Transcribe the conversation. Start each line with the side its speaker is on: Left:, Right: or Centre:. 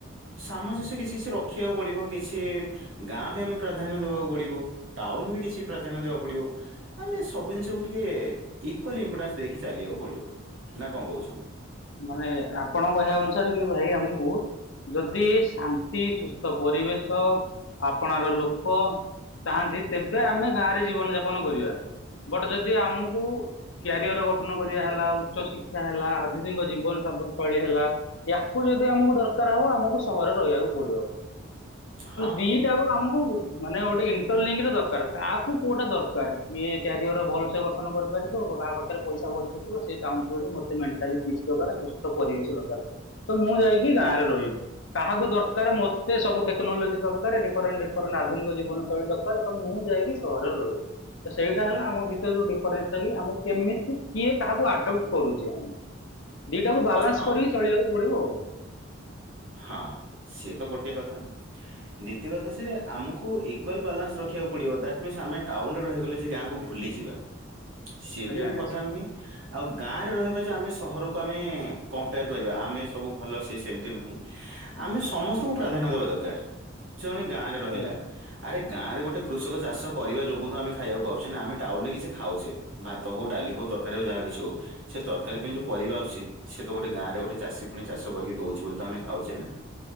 Right: ସାମଞ୍ଜସ୍ୟ କିଛି ସେ ରଖିବାକୁ ପଡିବ କିଛି ଗାଁ ବି ଆମେ ପ୍ରାଧାନ୍ୟ ଦବାକୁ ପଡିବ ଟାଉନ ବି କିଛି ପ୍ରାଧାନ୍ୟ ଦବାକୁ ପଡିବ ଆମେ ସବୁ ଜିନିଷକୁ ଟିକେ ଇକ୍ଲ ଇମ୍ପୋର୍ଟାନ୍ସ ଦେଇକି ଚାଲିବାକୁ ପଡିବ ନା କଣ କହୁଛ।
Left: ମାନେ ଆପଣଙ୍କ କହିବା ଅନୁସାରେ କି ଭାଇ ଆମକୁ ଯଦି ସା କି ସୁସ୍ଥ ପରିବେଶ ଆପଣାର ଲୋକ ଚାହାନ୍ତି ତେବେ ଆମେ ଗାଁରେ ଜୀବନ ଯାପନ କରିବା ବଟ ଯଦି ଆମକୁ କ୍ୟାରିଅର ଗଠନ କରିବା ହେଲା ଉଚ୍ଚ ଶିକ୍ଷା ହେଲା ଆଧୁନିକ ଜୀବନ <unintelligible> ଶୈଳୀ ହେଲା ୟାକୁ ଯଦି ଆମକୁ ଦରକାର ହବ ଆମକୁ ସହରରେ ରହିବାକୁ ପଡିବ।
Right: ହଁ।
Left: ଦିଟା ଆକୁ ଆମକୁ ଗୋଟେ ମାନେ ଗୋଟେ ଇଣ୍ଟରଲିଙ୍କରେ ଦରକାର କାହାକୁ କୋଉଟା ଦରକାର କିଏ କ୍ୟାରିଅର ଭଲସ ଗଠନ କରିପାରିଥିବ କାହା ପାଖରେ ପଇସା ଭଲଥିବ ସେ ଚାହୁଁଥିବ ଯେ ମତେ ମେଣ୍ଟାଲି ପିସ୍ ଜାଗାରେ ସୁସ୍ଥ ପରିବେଶ ଦରକାର ତ ମୁଁ ଯାଇକି ଗାଁରେ ରହିବି କାହାକୁ ଦରକାର ମତେ ସବୁ ଟେକ୍ନୋଲୋଜି ଦରକାର ଡିଫରେଣ୍ଟ ଡିଫରେଣ୍ଟ ଆଧୁନିକ ଜୀବନ ଶୈଳୀ ଦରକାର ତ ମୁଁ ଯାଇକି ସହରରେ ରହିବି ତ ସେଇଟା ହେଲା ଆମ ଭିତରେ ଯୋଉ ଡିଫରେନ୍ସଟା କି ଆମେ କେମିତି କିଏ କାହାକୁ ଆଡପ୍ଟ କରୁଛେ ଆମେ। ଦିଟାକୁ ବାଲାନ୍ସ
Right: ହଁ
Left: କରିକି ଚଳିବାକୁ ପଡିବ ଆଉ।
Right: ହଁ ସିଏ ତ ଗୋଟେ କଥା ଦିତୀୟ କଥା ସେ ଆମକୁ ଇକ୍ୱାଲ୍ ବାଲାନ୍ସ ରଖିବାକୁ ପଡ଼ିବ ଦାଟ୍ ମିନ୍ସ ଆମେ ଟାଉନରେ ରହିଗଲେ ଯେ ଗାଁକୁ ଭୁଲିଯିବା। ସେ
Left: ଆଜ୍ଞା
Right: ବି
Left: ଆଜ୍ଞା
Right: କଥା ନୁହେଁ ଆଉ ଗାଁରେ ରହିବା ଯେ ଆମେ ସହ ଘରକୁ ଆମେ କମ୍ପେୟାର କରିବା ଆମେ ସବୁ ଭଲ ସି ସେମିତି ନୁହେଁ। ଆମେ ସମସ୍ତଙ୍କୁ ପ୍ରାଧାନ୍ୟ ଦେବା ଦରକାର। ଜଣେ ଗାଁରେ ରହିଲା
Left: ଆଜ୍ଞା
Right: ଆରେ ଗାଁରେ ଗୋଟେ କୃଷକ ଚାଷ କରିବା ଯୋଗୁଁ ତ ଆମେ ଖାଇବାକୁ ପାଉଚେ ନାଁ। ଆମେ ଟାଉନରେ କିଛି ଖାଉଚେ ଭାତ ହୋଉ ଡାଲି ହୋଉ ତରକାରୀ ହୋଉ ଯାହା କିଛି ହୋଉ। ସେ ତରକାରୀ ପାଇଁ ଯୋଉ ପରିବା ଆସୁଚି ସେ ତ ଗୋଟେ ଗାଁରେ ଗୋଟେ ଚାଷୀ ପୁଣି ଚାଷ କରିକି ଦୋଉଚି ବୋଲି ତ ଆମେ ଖାଉଚେ ନାଁ